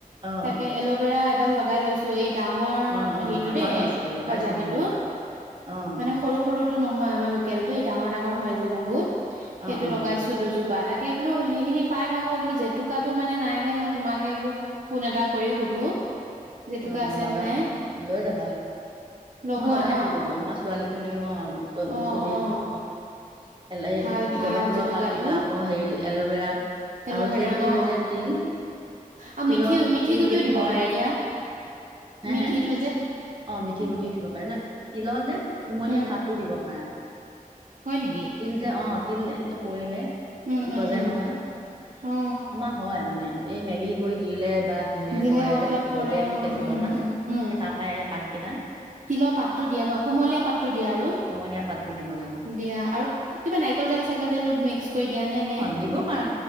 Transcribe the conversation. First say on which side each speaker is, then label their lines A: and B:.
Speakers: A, on the right; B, on the right.
A: অঁ
B: তাকে এল'ভেৰা এডাল ল লগাই লৈছো এইট ডাঙৰ
A: অ', অ',
B: হেইটো
A: আমাৰো
B: দেই।
A: আছে লগাইছো
B: প্ৰজাতিটো,
A: মই অ',
B: মানে সৰু সৰু টো নহয় আমাৰ লোকেলতো এই ডাঙৰ ডাঙৰ হয় যে বহুত। সেটো
A: অ', অ',
B: লগাইছো দুজোপা তাত তাকে বোলো হেখিনি পাই থাকোঁ বোলো জেতুকাটো মানে নাই যে মোৰ তোমাকে বোলো ফোন এটা কৰি সুধো। জেতুকা
A: আহ
B: আছে
A: লগাবা,
B: নাই
A: লৈ যাবা।
B: লগোৱা
A: মই লগাই
B: ন
A: থাকো আমা ছোৱালীকো দিওঁ অ' চু-চুলিত,
B: অ অ
A: নখ এলে,
B: ভাল ভাল
A: জবাব ফুলৰ
B: জেতুকাটো
A: পাত দিবা আকৌ হেই এল'ভেৰা
B: এল'ভেৰা
A: আৰু যে তিল
B: অ
A: যে তিল,
B: আৰু মিঠি
A: তিলৰ,
B: মিঠি
A: তিল
B: গুটিও
A: যদি
B: দিব
A: হয়
B: পাৰে দিয়া
A: হে
B: মিঠিটো
A: হে
B: যে।
A: অ' মিঠি গুটি দিব পাই ন? তিলৰ যে কুমলীয়া
B: উম
A: পাতো দিব পাৰা।
B: হয় নেকি
A: তিল যে অ'। তিল এনেকে পৰিলে।
B: উম উম
A: গজে
B: উম
A: নহয়,
B: অ
A: আমাৰ হয় মানে। এই মেলি কৰি দিলে। বা ধুলে
B: দিলে
A: পৰে
B: অতত
A: যে
B: পৰে
A: গজে
B: অ
A: কেইজোপা
B: উম
A: মান
B: উম উম
A: হে তাপ পাত কেইটা
B: তিলৰ পাতটো দিয়ে ন কুমলীয়া পাতটো দিয়ে আৰু
A: কোমলীয়া পাতটো দিব লাগে
B: দিয়া আৰু কিবা নাৰিকল তেল চাইকল তেলো মিক্স কৰি দিয়ে নে?
A: অ দিব পাৰা